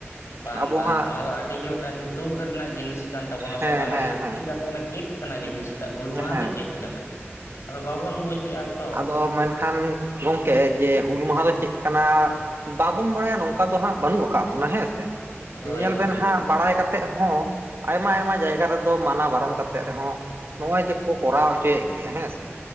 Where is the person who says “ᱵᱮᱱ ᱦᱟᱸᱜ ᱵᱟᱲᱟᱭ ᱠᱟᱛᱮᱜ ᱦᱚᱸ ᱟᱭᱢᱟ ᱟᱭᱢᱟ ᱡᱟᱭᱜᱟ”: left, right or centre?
Right